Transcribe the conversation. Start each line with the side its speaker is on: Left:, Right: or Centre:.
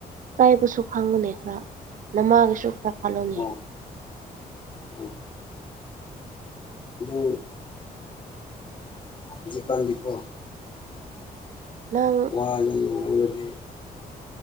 Right: ꯏꯀꯥꯏꯕꯁꯨ ꯈꯪꯉꯨꯅꯦ ꯈꯔ ꯅꯃꯥꯒꯤꯁꯨ ꯈ꯭ꯔ ꯈꯜꯂꯨꯅꯦ
Left: ꯑꯣ ꯑꯣ ꯑꯗꯨ ꯍꯧꯖꯤꯀꯥꯟꯗꯤꯀꯣ
Right: ꯅꯪ
Left: ꯋꯥ ꯅꯨꯡ ꯉꯥꯡꯂꯗꯤ